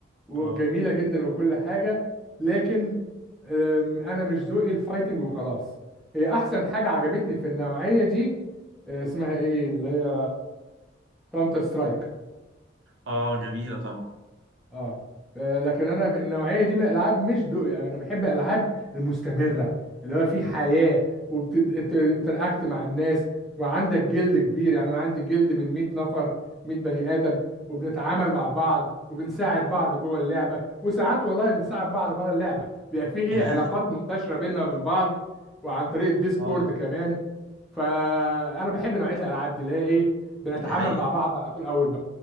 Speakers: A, in the centre; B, on the right (about 75°).
A: وجميله
B: اه
A: جدا وكل حاجه لكن أم، انا مش ذوقي الفايتنج وخلاص هي احسن حاجه عجبتني في النوعيه دي أه، اسمها ايه اللي هي كاونتر سترايك
B: اه جميله طبعا
A: اه آه، لكن انا في النوعيه دي من الالعاب مش ذوقي يعني انا بحب الالعاب المستمره اللي هو في حياه وبتنتراكت مع الناس وعندك جلد كبير يعني انا عندي جلد من 100 نفر 100 بني ادم وبنتعامل مع بعض وبنساعد بعض جوه اللعبه وساعات والله بنساعد بعض بره اللعبه بيبقى في ايه
B: <laughs>
A: علاقات منتشره بيننا وبين بعض وعن طريق الديسكورد
B: اه
A: كمان فانا بحب نوعيه الالعاب دي اللي هي ايه بنتعامل
B: دي حقيقه
A: مع بعض على طول اول